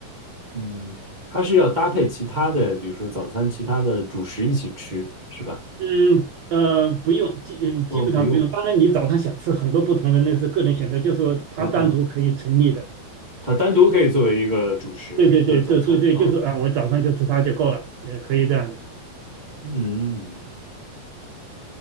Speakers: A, on the right; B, on the right.
A: 嗯，它是要搭配其他的，比如说早餐其他的主食一起吃，是吧？
B: 嗯。呃，不用，基呃基本上不用。
A: 哦，不用。
B: 当然，你早上想吃很多不同的，那是个人选择，就是说它单独可以成立的。
A: 嗯嗯，它单独可以作为一个主食，
B: 对对对，
A: 就是早餐啊。
B: 对对对，就是啊，我早上就吃它就够了，也可以这样的。
A: 嗯